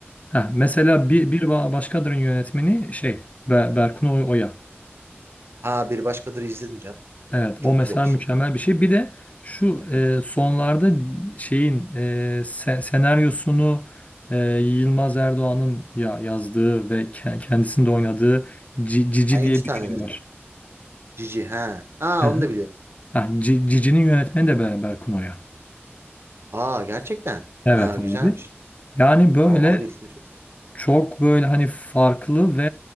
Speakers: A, on the left; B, on the right.
A: Heh, mesela
B: Hı
A: bir,
B: hı.
A: bir ba- başkadır yönetmeni şey Be- Berkun Oy- Oya.
B: Ha bir başkadır izledim canım.
A: Evet
B: Çok
A: o mesela
B: güzel iş.
A: mükemmel bir şey. Bir de şu
B: Yani,
A: e, sonlarda şeyin e, se- senaryosunu e, Yılmaz Erdoğan'ın ya yazdığı ve ke- kendisinin de oynadığı Ci- Cici
B: ha, İnci
A: diye
B: Taneleri.
A: bir film var.
B: Cici ha. Aa
A: Hı hı.
B: onu da biliyorum.
A: Ha, Ci- Cici'nin yönetmeni de Be- Berkun Oya.
B: Aa gerçekten.
A: Evet
B: Ha
A: abi.
B: güzelmiş.
A: Yani böyle
B: Ama abi işte çok güzel.
A: Çok böyle hani farklı ve